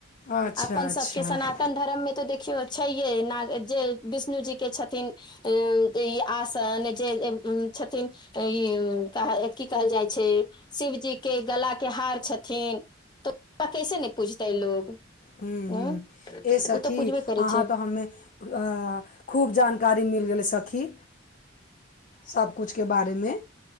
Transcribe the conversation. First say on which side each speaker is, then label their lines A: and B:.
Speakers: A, on the left; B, on the left.
A: अच्छा
B: अपन
A: अच्छा
B: सभके सनातन धर्ममे तऽ देखियौ छैहे जे विष्णु जीके छथिन ए ई आसन जे छथिन ई की कहल जाइ छै शिवजी के गला के हार छथिन तऽ ओरा कैसे नै पूजते लोग
A: हुॅं हुॅं
B: उं
A: ए सखी
B: ओ तऽ पुजबे करै
A: अहाँ
B: छै
A: तऽ हमे आ खूब जानकारी मिल गेलै सखी सभ कुछ के बारेमे